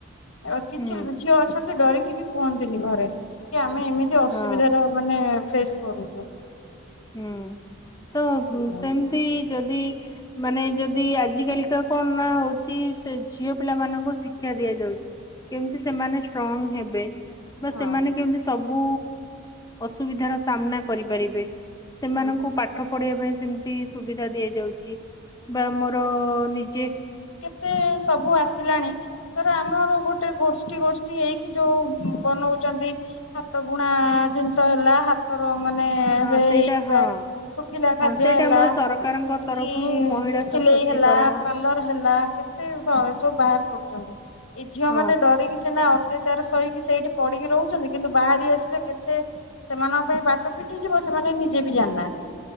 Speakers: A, on the left (about 75°); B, on the left (about 15°).
A: ଆଉ କିଛି
B: ହୁଁ
A: ଝିଅ ଅଛନ୍ତି ଡରିକି ବି କୁହନ୍ତିନି ଘରେ। କି ଆମେ ଏମିତି ଅସୁବିଧାର
B: ହଁ
A: ମାନେ ଫେସ୍ କରୁଚୁ।
B: ହୁଁ ତ
A: ଆଜ୍ଞା।
B: ସେମତି ଯଦି ମାନେ ଯଦି ଆଜ କାଲିକା କଣ ନା ହୋଉଚି ସେ ଝିଅ ପିଲାମାନଙ୍କୁ ଶିକ୍ଷା ଦିଆଯାଉ। କେମ୍ତି ସେମାନେ ଷ୍ଟ୍ରଙ୍ଗ ହେବେ ବା
A: ହଁ
B: ସେମାନେ କେମତି ସ ବୁ ଅସୁବିଧାର ସାମ୍ନା କରିପାରିବେ ସେମାନଙ୍କୁ
A: ହଁ।
B: ପା ଠ ପଢିବା ପାଇଁ ସେମ୍ତି ସୁବିଧା ଦିଆଯାଉଚି ବା ଆମର ନିଜେ
A: ତେ ସବୁ ଆସିଲାଣି। ଫେରେ ଆମର ଗୋଟେ ଗୋଷ୍ଠୀ ଗୋଷ୍ଠୀ ହେଇକି ଯୋଉ ବନୋଉଚନ୍ତି। ହାତ ବୁଣା ଜିନିଷ ହେଲା ହାତର ମାନେ ଏବେ
B: ହଁ ସେଇଟା
A: ହେଇଥିବା
B: ହଁ।
A: ଶୁଖିଲା
B: ହଁ
A: ଖାଦ୍ୟ
B: ସେଇଟା
A: ହେଲା
B: ଆମର ସରକାରଙ୍କ
A: କି
B: ତରଫରୁ ମହିଳା
A: ଯୋଉ ସିଲେଇ
B: ସଶକ୍ତିକରଣ
A: ହେଲା ପାଲର୍ ହେଲା କେତେ ସ ସବୁ ବାହାର କରୁଚନ୍ତି। ଏଇ ଝିଅ
B: ହଁ
A: ମାନେ ଡରି ସିନା ଅତ୍ୟାଚାର ସହିକି ସେଇଠି ପଡିକି ରହୁଛନ୍ତି କିନ୍ତୁ ବାହାରି ଆସିଲେ କେତେ ସେମାନଙ୍କ ପାଇଁ ବାଟ ଫିଟି ଯିବ ସେମାନେ ନିଜେ ବି ଜାଣିନାହା